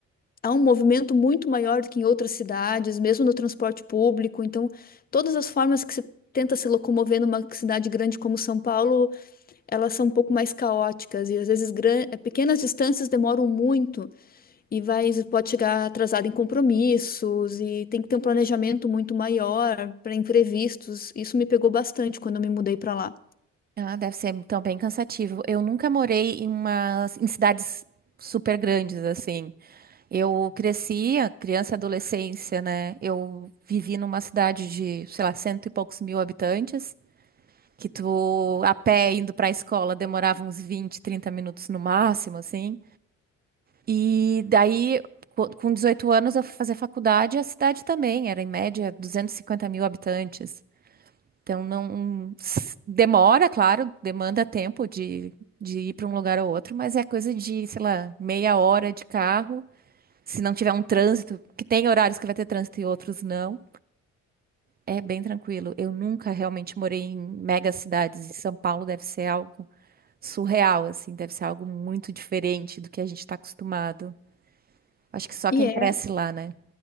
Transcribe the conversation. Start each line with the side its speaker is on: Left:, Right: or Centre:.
Left: há um movimento muito maior do que em outras cidades, mesmo no transporte público. Então, todas as formas que se tenta se locomover numa cidade grande como São Paulo, elas são um pouco mais caóticas e às vezes gran- eh, pequenas distâncias demoram muito e vai pode chegar atrasado em compromissos e tem que ter um planejamento muito maior para imprevistos. Isso me pegou bastante quando eu me mudei para lá.
Right: Ah, deve ser então bem cansativo. Eu nunca morei em umas em cidades super grandes assim. Eu cresci, a criança e adolescência, né? Eu vivi numa cidade de, sei lá, cento e poucos mil habitantes, que tu a pé indo pra escola demorava uns 20, 30 minutos no máximo, assim. E daí, co- com 18 anos, eu fui fazer faculdade e a cidade também era, em média, 250 mil habitantes. Então, não s- demora, claro, demanda tempo de, de ir para um lugar ou outro, mas é coisa de, sei lá, meia hora de carro. Se não tiver um trânsito, que tem horários que vai ter trânsito e outros não, é bem tranquilo. Eu nunca realmente morei em mega cidades e São Paulo deve ser algo surreal, assim, deve ser algo muito diferente do que a gente está acostumado. Acho que só
Left: E
Right: quem
Left: é.
Right: cresce lá, né?